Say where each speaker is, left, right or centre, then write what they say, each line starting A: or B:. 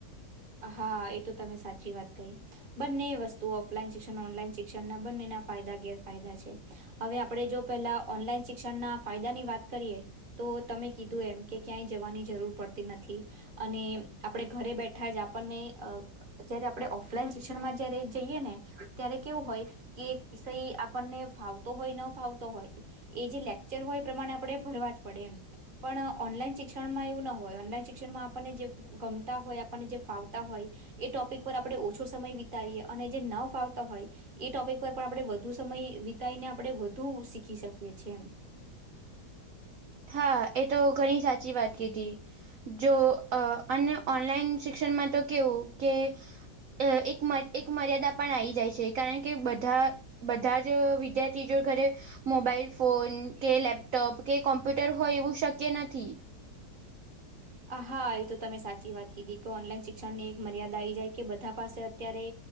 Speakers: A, on the right; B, on the right.
A: હા એ તો તમે સાચી વાત કહી. બંને વસ્તુ ઓફલાઈન શિક્ષણ ઓનલાઈન શિક્ષણ ના બંનેના ફાયદા ગેરફાયદા છે. હવે આપણે જો પેલા ઓનલાઈન શિક્ષણના ફાયદાની વાત કરીએ. તો તમે કીધું એમ કે ક્યાંય જવાની જરૂર પડતી નથી અને આપણે ઘરે બેઠ. આપણને જયારે આપણે ઓફલાઈન શિક્ષણમાં જયારે જઈએ ને ત્યારે કેવું હોય. કે વિષય આપણને ફાવતો હોય ન ફાવતો હો. એ જે લેક્ચર હોય એ પ્રમાણે આપણેે ભરવા જ પડે એમ. પણ ઓનલાઈન શિક્ષણમાં એવું ના હોય ઓનલાઈન શિક્ષણમાં આપણને જે ગમતા હોય. આપ જે ફાવતા હોય એ ટોપિક પર આપણે ઓછો સમય વિતાવીએ અને જે ન ફાવતા હોય. એ ટોપિક પર પણ આપણે વધુ સમય વિતાઈને આપણે વધુ શીખી શકીએ છેએ એમ.
B: હા એ તો ઘણી સાચી વાત કીધી. જો અને ઓનલાઈન શિક્ષણમાં તો કેવું કે. અ એક એક <unintelligible> મર્યાદા પણ આવી જાય છે, કારણ કે બધા. બધા જ વિદ્યાર્થી જો ઘરે મોબાઈલ ફોન કે લેપટોપ કે. કોમ્પ્યુટર હોય એવું શક્ય નથી.
A: હા એ તો તમે સાચી વાત કીધી કે ઓનલાઈન શિક્ષણ ની એક મર્યાદા આવી જાય કે બધા પાસે અત્યારે.